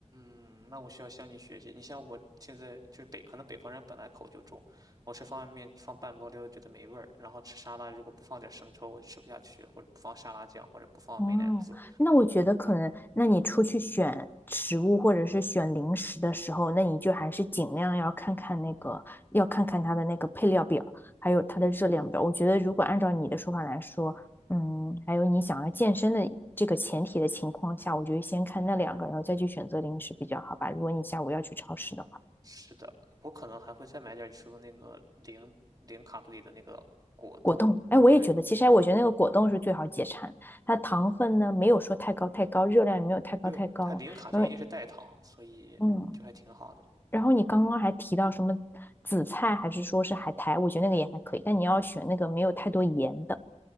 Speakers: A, on the right; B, on the left.
A: 嗯那我需要向你学习。你像我现在就是北，可能北方人本来口就重，我吃方便面放半包料觉得没味儿，然后吃沙拉如果不放点生抽我就吃不下去，或者不放沙拉酱，或者不放美乃滋。
B: 哦，那我觉得可能，那你出去选食物或者是选零食的时候，那你就还是尽量要看看那个，要看看它的那个配料表，还有它的热量表。我觉得如果按照你的说法来说，嗯，还有你想要健身的这个前提的情况下，我觉得先看那两个，然后再去选择零食比较好吧。如果你下午要去超市的话，
A: 是的，我可能还会再买点你说的那个零零卡路里的那个果冻。
B: 果冻，哎，我也觉得，
A: 对
B: 其实哎我觉得那个果冻是最好解馋，它糖分呢没有说太高太高，热量也没有太高太高，
A: 对，它零卡就一定是代糖，
B: 然后
A: 所以就还挺好的。
B: 嗯。然后你刚刚还提到什么紫菜，还是说是海苔？我觉得那个也还可以，但你要选那个没有太多盐的，